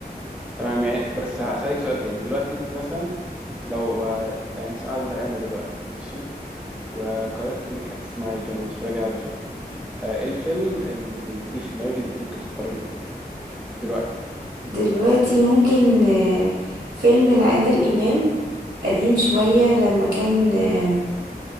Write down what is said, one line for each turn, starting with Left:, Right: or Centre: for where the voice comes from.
Centre: تمام يعني بس هسألك سؤال تاني دلوقتي انت مثلا لو آه، يعني قاعده زهقانه دلوقتي ماشي وقررتي انك هتسمعي فيلم وتتفرجي على فيلم آه، ايه الفيلم اللي يجي في دماغك انك ممكن تتفرجي عليه دلوقتي
Right: دلوقتي ممكن آه، فيلم لعادل إمام قديم شوية لما كان آه،